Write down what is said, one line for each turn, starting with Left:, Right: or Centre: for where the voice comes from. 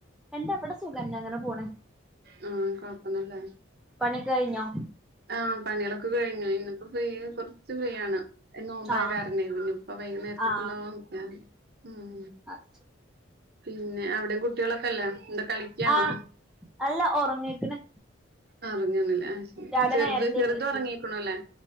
Centre: എന്താ ഇവിടെ സുഖന്നെ അങ്ങനെ പോണ്
Right: ആ കൊഴപ്പന്നല്ലേ.
Centre: പണിക്കഴിഞ്ഞോ.
Right: ആ പണികളൊക്കെ കഴിഞ്ഞു ഇന്നപ്പോ ഫ്രീ കുറച്ച് ഫ്രീ ആണ്. നോമ്പായ
Centre: ആഹ്
Right: കാരണേ ഇനി ഇപ്പ വൈകുന്നേരത്തേക്കുള്ള
Centre: ആഹ്
Right: നോക്ക ഉ മം.
Centre: അത് ശരി
Right: പിന്നെ അവിടയും കുട്ടികളൊക്കെല്ലേ എന്താ കളിക്കയാണോ
Centre: ആഹ് അല്ല ഉറങ്ങീക്ക്ണ്.
Right: ഉറങ്ങീന്നുല്ല ആ ശരി
Centre: രാവിലെ
Right: ചെറുത്
Centre: നേരത്തെ
Right: ചെറുത്
Centre: എണീറ്റിന്
Right: ഉറങ്ങീക്ക്ണൂല്ലേ.